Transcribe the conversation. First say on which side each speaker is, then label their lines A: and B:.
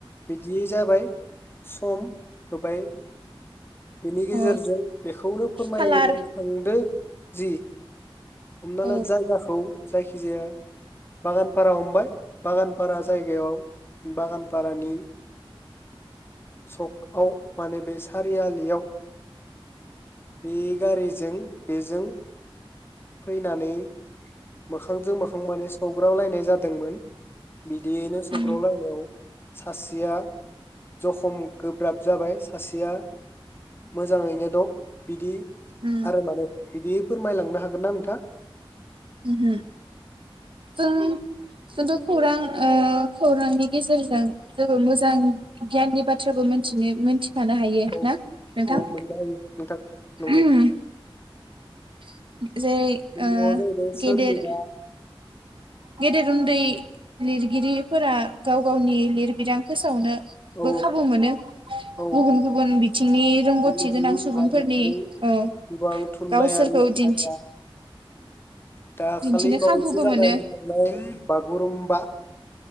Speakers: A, on the left; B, on the right.
A: बिदियै जाबाय सम होबाय। बिनि गेजेरजों
B: अ
A: बेखौनो फोरमायनाय
B: खालार
A: थांदो। जि। हमनाला
B: औ
A: जायगाखौ। जायखिजाया बागानफारा हमबाय बागानफारा जाय गायाव बागानफारानि सकआव माने बे सारियालियाव बे गारिजों बेजों फैनानै। मोखांजों मोखां माने सौग्रावलायनाय। जादोंमोन। बिदियैनो सौग्राव
B: उम
A: लायनायाव। सासेया जखम गोब्राब जाबाय सासेया मोजाङैनो दं बिदि
B: उम
A: आरोमाने गिदिद। फोरमायलांनो हागोनना नोंथाङा।
B: उमहो जों जोंथ खौरां ओह खौरांनि गेजेरजों जोङो मोजां गियाननि बाथ्राबो मोनथिनो मोनथि थानोहायो
A: औ
B: ना नोंथां
A: औ मोननो हायो नोंथां नंगौ
B: उमह। <inaudible> जेरै
A: मुङाव
B: ओ
A: जाहैबाय सोरनिबा
B: गेदेर। गेदेर उन्दै लिरगिरिफोरा गाव गावनि लिरबिदां फोसावनो।
A: औ
B: बो खाबुमोनो गुबुन
A: औ
B: गुबुन बिथिंनि रोंगौथिगोनां
A: गेलेमु
B: सुबुंफोरनि
A: हारिमु
B: औ
A: गोबां थुनलाइयारि
B: गावसोरखौ दिन्थि
A: आयदा दाखालि
B: दिन्थिनो
A: बावैसो
B: खाबुबो
A: जानाय
B: मोनो
A: <unintelligible> <unintelligible> बागुरुम। बा।